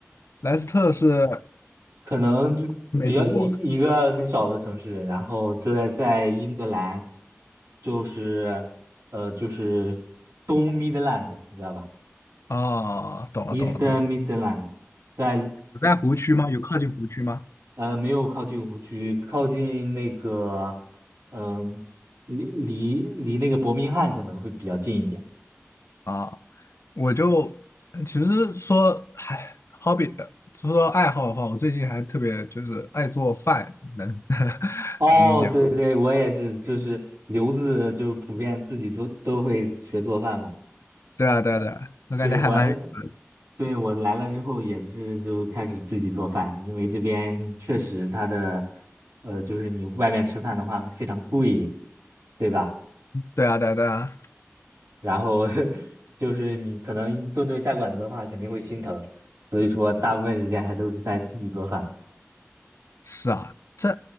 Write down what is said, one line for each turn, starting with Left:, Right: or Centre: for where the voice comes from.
Left: 莱斯特是
Right: 可能就比较一一个很小的城市，
Left: 没听过。
Right: 然后在在英格兰，就是呃就是东 Midland，你知道吧？
Left: 哦，懂了懂了懂了。
Right: Eastern Midland，在
Left: 有在湖区吗？有靠近湖区吗？
Right: 呃没有靠近湖区，靠近那个嗯、离离离那个伯明翰可能会比较近一点。
Left: 啊，我就其实说，唉，好比说爱好的话，我最近还特别就是爱做饭，能 <laughs>
Right: 哦，
Left: 能理解。
Right: 对对，我也是，就是留子就是普遍自己都都会学做饭嘛。
Left: 对啊，对啊，对啊，我感觉还蛮有意思的
Right: 对我对我来了之后也是就开始自己做饭，因为这边确实它的呃就是你外面吃饭的话会非常贵，对吧？
Left: 对啊，对啊，对啊，
Right: 然后 <laughs> 就是你可能顿顿下馆子的话，肯定会心疼，所以说大部分时间还都是在自己做饭。
Left: 是啊，这